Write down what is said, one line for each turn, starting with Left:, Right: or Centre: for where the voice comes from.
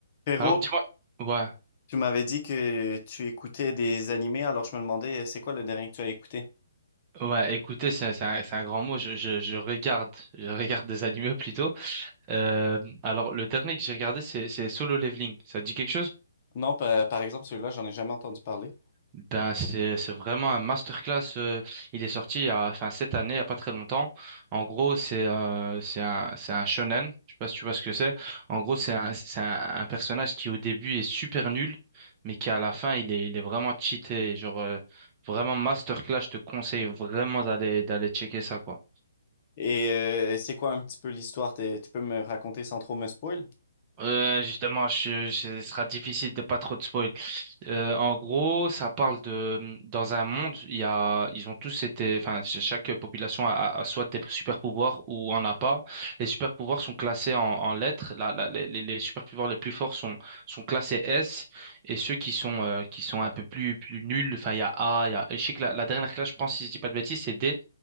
Left: Frérot,
Right: Alors dis-moi, ouais,
Left: tu m'avais dit que tu écoutais des animés, alors je me demandais, euh, c'est quoi le dernier que tu as écouté?
Right: ouais, écoutez, c'est c'est un, c'est un grand mot. Je, je, je regarde, je regarde des animés plutôt. Euh, alors le dernier que j'ai regardé, c'est c'est Solo Leveling. Ça te dit quelque chose?
Left: Non, pa- par, exemple, celui-là, j'en ai jamais entendu parler.
Right: Ben c'est c'est vraiment un masterclass. euh, il est sorti il y a, enfin cette année, il y a pas très longtemps. En gros, c'est euh, c'est un c'est un shonen. Je sais pas si tu vois ce que c'est. En gros, c'est un c'est un, un personnage qui au début est super nul, mais qui à la fin il est il est vraiment cheaté. Genre euh, vraiment masterclass. Je te conseille vraiment d'aller d'aller checker ça quoi.
Left: Et euh, c'est quoi un petit peu l'histoire? T'es- Tu peux me raconter sans trop me spoil?
Right: Euh, justement, je, je- ce sera difficile de pas trop de spoil. Euh, en gros, ça parle de dans un monde, il y a, ils ont tous été, enfin, ch- chaque population a, a- a soit des super pouvoirs ou en a pas. Les super pouvoirs sont classés en, en lettres. La, la- les, les les super pouvoirs les plus forts sont sont classés S et ceux qui sont euh, qui sont un peu plus plus nuls. Enfin, il y a A, il y a. Je sais que la, la dernière classe, je pense, si je dis pas de bêtises, c'est D.